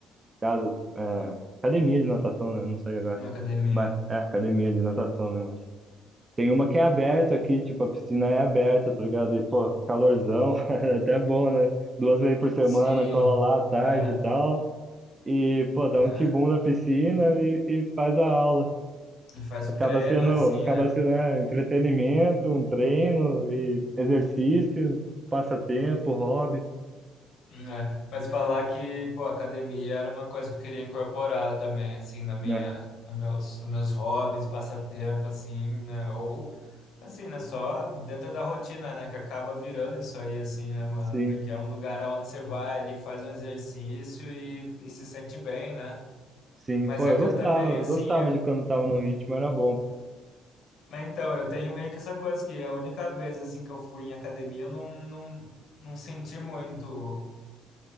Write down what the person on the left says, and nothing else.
uma academia.
se
é,
né,
e faz
o treino
assim,
né?
né? Mas falar que, pô, academia era uma coisa que eu queria incorporar também, assim, na minha,
nos meus, nos meus hobbies, passatempo, assim, né? Ou assim, né? Só dentro da rotina, né? Que acaba virando isso aí, assim, né, mano?
Porque é um lugar onde você vai ali, faz um exercício e, e se sente bem, né?
Mas
é
que
eu também, assim,
Mas então, eu tenho meio que essa coisa que a única vez assim que eu fui em academia eu não, não, não senti muito